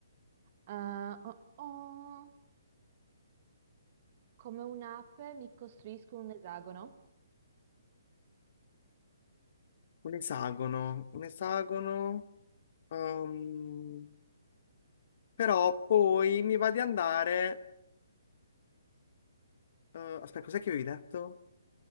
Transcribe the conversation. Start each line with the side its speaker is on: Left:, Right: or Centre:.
Right: Ah, oh, oh. Come un'ape mi costruisco un esagono.
Left: un esagono, un esagono. ehm, però poi mi va di andare. eh, aspetta, cos'è che avevi detto?